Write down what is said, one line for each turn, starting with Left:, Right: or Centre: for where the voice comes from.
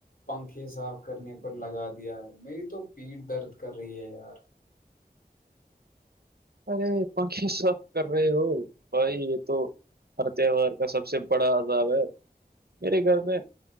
Left: پنکھے صاف کرنے پر لگا دیا ہے میری تو پیٹ درد کر رہی ہے یار
Right: ارے پنکھے صاف کر رہے ہو بھائی یہ تو ہر تہوار کا سب سے بڑا عذاب ہے میرے گھر میں